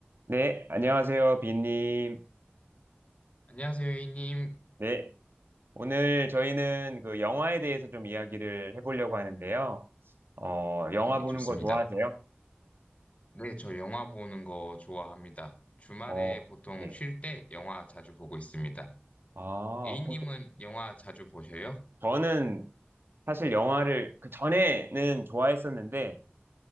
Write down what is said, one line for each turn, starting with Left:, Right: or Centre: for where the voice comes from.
Right: 네, 안녕하세요, 빈님.
Left: 안녕하세요, A님.
Right: 네, 오늘 저희는 그 영화에 대해서 좀 이야기를 해보려고 하는데요. 어,
Left: 네,
Right: 영화 보는
Left: 좋습니다.
Right: 거 좋아하세요?
Left: 네, 저 영화 보는 거 좋아합니다. 주말에
Right: 어,
Left: 보통
Right: 네.
Left: 쉴 때 영화 자주 보고 있습니다.
Right: 아,
Left: A님은
Right: 보-
Left: 영화 자주 보셔요?
Right: 저는 사실 영화를 그 전에는 좋아했었는데,